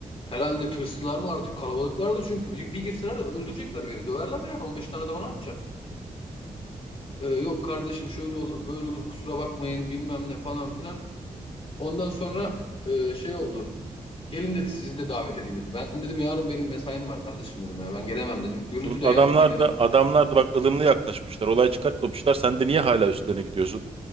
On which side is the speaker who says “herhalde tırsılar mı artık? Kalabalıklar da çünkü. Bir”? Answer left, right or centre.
Left